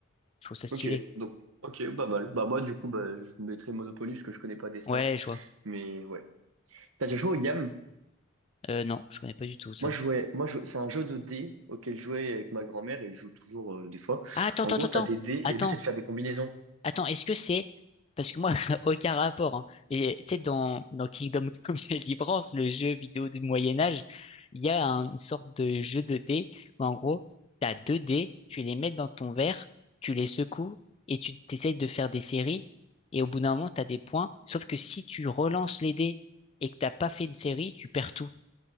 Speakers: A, on the left (about 30°); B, on the right (about 90°).
A: Je trouve ça stylé.
B: Ok, donc ok, pas mal. Bah moi du coup bah je mettrais Monopoly parce que je connais pas Destin.
A: Ouais, je vois.
B: Mais ouais. T'as déjà joué aux games?
A: Euh, non, je connais pas du tout ça.
B: Moi, je jouais, moi, je- c'est un jeu de dés auquel je jouais avec ma grand-mère et je joue toujours euh, des fois.
A: Ah, attends,
B: En
A: attends,
B: gros,
A: attends,
B: tu as des dés
A: attends,
B: et le but, c'est de faire des combinaisons.
A: attends, est-ce que c'est... Parce que moi, <laughs> aucun rapport. hein. Et c'est dans, dans Kingdom Come <laughs> Deliverance, le jeu vidéo du Moyen Âge, il y a un- une sorte de jeu de dés où en gros, t'as deux dés, tu les mets dans ton verre, tu les secoues et tu t'essayes de faire des séries. Et au bout d'un moment, t'as des points. Sauf que si tu relances les dés et que t'as pas fait une série, tu perds tout.